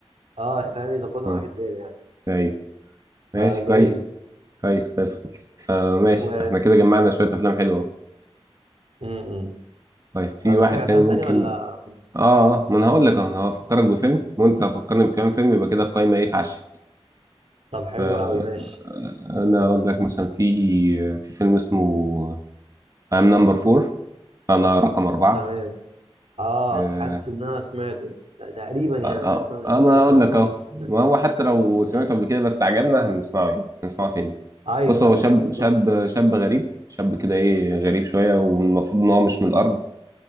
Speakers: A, on the right (about 80°); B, on the right (about 35°).
A: اه فاهم يظبطوا
B: <laughs> اه
A: معاك الدنيا يعني
B: أيوة ماشي
A: فجميل
B: كويس كويس كويس خالص آه ماشي
A: و
B: احنا كده جمعنا شوية أفلام حلوة
A: م- م-
B: طيب في
A: فمحتاج
B: واحد
A: افلام
B: تاني ممكن
A: تاني ولا م.
B: اه آه، ما أنا هقول لك أهو، أنا هفكرك بفيلم وأنت هتفكرني بكام فيلم يبقى كده القايمة إيه اتعشت
A: طب حلو
B: فأنا
A: قوي ماشي
B: أقول لك مثلا في آه، في فيلم اسمه I'm number four أنا رقم أربعة
A: تمام اه
B: آه،
A: حاسس ان انا سمعته تقريبا يعني
B: أه أه
A: حاسس ان انا
B: أنا
A: شفته
B: أقول
A: قبل
B: لك
A: كده
B: أهو
A: بس
B: ما هو حتى لو سمعته
A: م.
B: قبل كده بس عجبنا هنسمعه يعني هنسمعه تاني
A: ايوه
B: بص هو
A: ايوه
B: شاب
A: صح بالظبط
B: شاب شاب غريب شاب كده إيه غريب شوية والمفروض إن هو مش من الأرض